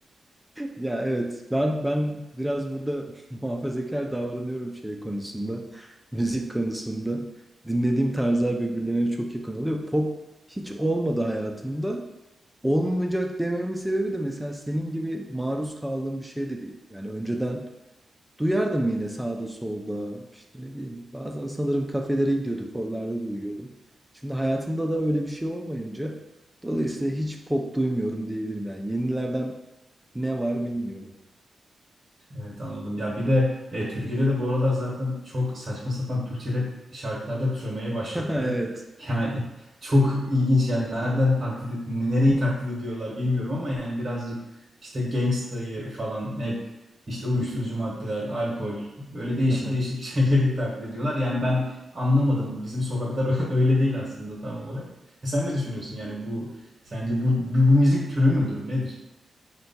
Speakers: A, in the centre; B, on the right (about 20°).
A: Ya evet ben ben biraz burada <laughs> muhafazakar davranıyorum şey konusunda. Müzik konusunda. Dinlediğim tarzlar birbirlerine çok yakın oluyor. Pop hiç olmadı hayatımda. Olmayacak dememin sebebi de mesela senin gibi maruz kaldığım bir şey de değil. Yani önceden Duyardım yine sağda solda. İşte ne bileyim bazen sanırım kafelere gidiyorduk oralarda duyuyordum. Şimdi hayatımda da öyle bir şey olmayınca dolayısıyla hiç pop duymuyorum diyebilirim yani. Yenilerden ne var bilmiyorum.
B: Evet anladım. Ya bir de e, Türkiye'de de bu aralar zaten çok saçma sapan Türkçe rap şarkılarda türemeye başladı.
A: <laughs> Evet.
B: <laughs> Yani çok ilginç yani nereden taklit nereyi taklit ediyorlar bilmiyorum ama yani birazcık işte gangstayı falan hep işte uyuşturucu maddeler, alkol böyle değişik
A: <laughs>
B: değişik şeyleri <laughs> taklit ediyorlar. Yani ben anlamadım. Bizim sokaklar <laughs> öyle değil aslında tam olarak. E, sen ne düşünüyorsun yani bu sence bu, bu bu müzik türü müdür? Nedir?